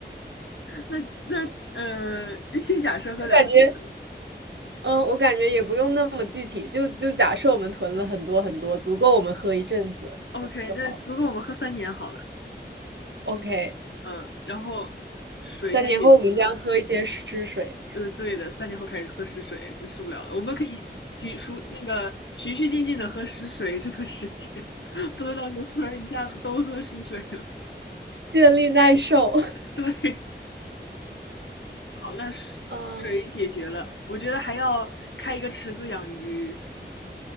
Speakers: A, on the left; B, on the right.
A: 那那呃，就先假设喝两升水
B: 我感觉。嗯，我感觉也不用那么具体，就就假设我们囤了很多很多，足够我们喝一阵子就就好了。
A: ，OK，那足够我们喝三年好了，
B: OK，
A: 嗯，然后水先解决了，
B: 三年后我们将喝一些湿水，
A: 呃，对的，三年后开始喝食水，真受不了了。我们可以就数那个循序渐进的喝食水这段时间，<laughs> 不能到时候突然一下子都喝食水了。
B: 建立耐受。<laughs>
A: <laughs> 对，好，那
B: 嗯，
A: 水解决了，我觉得还要开一个池子养鱼。